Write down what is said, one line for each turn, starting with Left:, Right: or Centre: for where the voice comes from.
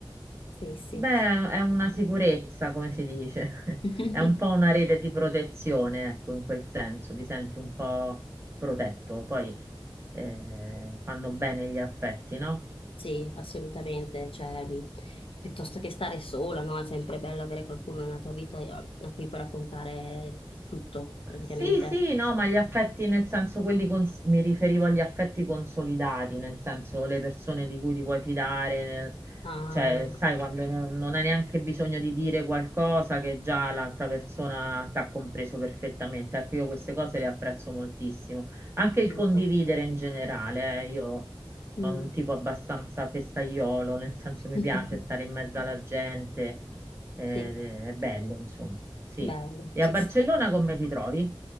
Left: Sì, sì.
Right: beh, è una sicurezza, come si dice,
Left: <laughs>
Right: <laughs> è un po' una rete di protezione, ecco, in quel senso, ti senti un po' protetto. Poi eh, fanno bene gli affetti, no?
Left: Sì, assolutamente, cioè, mh, piuttosto che stare sola, no? È sempre bello avere qualcuno nella tua vita a a cui puoi raccontare tutto, praticamente.
Right: Sì, sì, no, ma gli affetti nel senso quelli cons- mi riferivo agli affetti consolidati, nel senso le persone di cui ti puoi fidare, nel-
Left: Ah,
Right: cioè sai quando non, non hai neanche bisogno di dire qualcosa che già l'altra persona ti ha compreso perfettamente. Ecco, io queste cose le apprezzo moltissimo. Anche il
Left: tutto.
Right: condividere in generale, eh, io
Left: Mm.
Right: sono un tipo abbastanza festaiolo, nel senso
Left: <laughs>
Right: mi piace stare in mezzo alla gente, eh,
Left: Sì,
Right: è bello, insomma, sì.
Left: bello,
Right: E
Left: ci
Right: a Barcellona
Left: sta.
Right: come ti trovi?